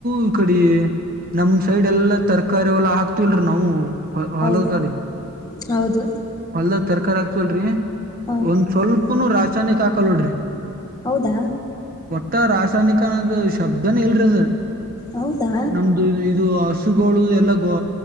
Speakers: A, on the right; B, on the left.
A: ಈ ಕಡಿ. ನಮ್ ಸೈಡ್ ಎಲ್ಲಾ ತರ್ ಕರಿ ಹುಲ್ ಹಾಕ್ತಿಲ್ರಿ ನಾವು. ಹ ಹಾಲದ್
B: ಹೌದು
A: ಗಾಡಿ ಹ್ಮ್
B: ಹೌದು
A: ಅಲ್ಲ ತರ್ಕಾರಿ ಆಕ್ ಸೊಲ್ರಿ.
B: ಹ
A: ಒಂದ್ ಸ್ವಲ್ಪನು ರಾ ಚನಿಕ್ ಹಕಲ್ನೋಡ್ರಿ.
B: ಹೌದಾ.
A: ಟ ರಾಸಾಯ್ನಿಕ ಅನ್ನೋದ ಶಬ್ದನೆ ಇಲ್ರಿ ಅದು.
B: ಹೌದಾ
A: ನಮ್ದು ಇದು ಅಶ್ ಹಸುಗೋಳು ಎಲ್ಲ ಗೋ